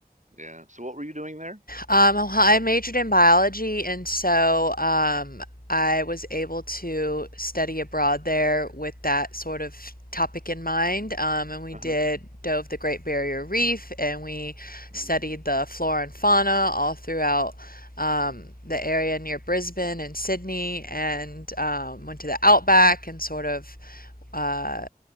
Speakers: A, on the right; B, on the left.
A: Yeah. So what were you doing there?
B: Um, well, I majored in biology, and so um, I was able to study abroad there with that sort of topic in mind. Um, and we
A: Uh-huh.
B: did dove the Great Barrier Reef, and we studied
A: Mm.
B: the flora and fauna all throughout um, the area near Brisbane and Sydney, and um, went to the outback and sort of uh,